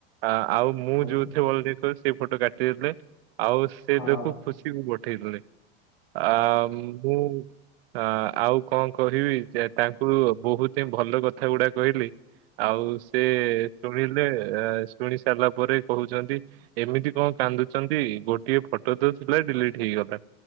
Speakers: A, on the right; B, on the left.
A: ଆ ଆଉ ମୁଁ
B: ଆଚ୍ଛା
A: ଯୋଉଥିରେ ଭଲ ଦେ ଫେର୍ ସେଇ ଫଟୋ କାଟିଦେଲେ। ଆଉ ସେ
B: ହଁ
A: ଦେଖୁ
B: ହଁ
A: ଖୁସିକୁ ପଠେଇଦେଲେ। ଆ ମୁଁ ଆ ଆଉ କଣ କହିବି ଯେ ତାଙ୍କୁ ବହୁତି ହିଁ ଭଲ କଥା ଗୁଡା କହିଲି। ଆଉ ସେ ଶୁଣିଲେ ଶୁଣି ସାରିଲା ପରେ କହୁଛନ୍ତି ଏମିତି କଣ କାନ୍ଦୁଛନ୍ତି ଗୋଟିଏ ଫଟୋ ତ ଥିଲା ଡିଲିଟ୍ ହେଇଗଲା।